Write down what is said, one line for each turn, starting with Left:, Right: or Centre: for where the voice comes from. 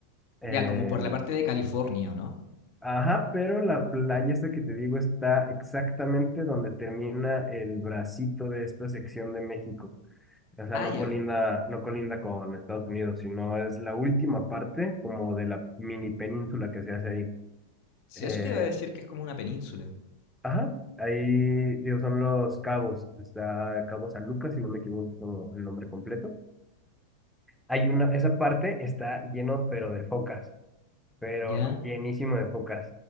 Centre: Eh,
Left: Ya, como por la parte de California, ¿o no?
Centre: ajá, pero la playa esta que te digo está exactamente donde termina el bracito de esta sección de México. O sea,
Left: Ah,
Centre: no
Left: ya.
Centre: colinda, no colinda con Estados Unidos, sino es la última parte como de la mini península que se hace ahí.
Left: Si
Centre: Eh,
Left: eso te iba a decir que es como una península.
Centre: ajá, ahí digo, son los Cabos. Está Cabo San Lucas, si no me equivoco es como el nombre completo. Hay una, esa parte está lleno, pero de focas. pero
Left: Ya,
Centre: llenísimo de focas.